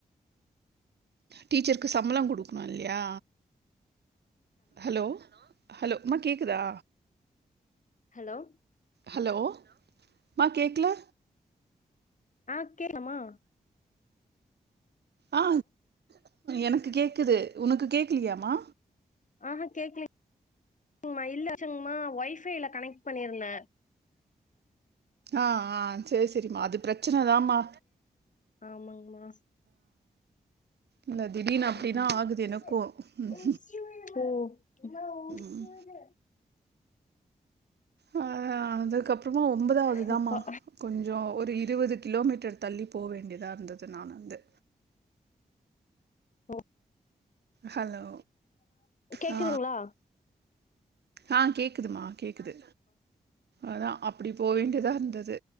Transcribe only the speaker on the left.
ஹலோ
ஆ கேக்லமா
ஆஹா கேக்கலிங் மா இல்லச்சங்கமா ஒய் ஃபைவ் கனெக்ட் பண்ணிருந்த
ஆமாங்கமா ஓ
அப்பா
ஓ
கேக்குதுங்களா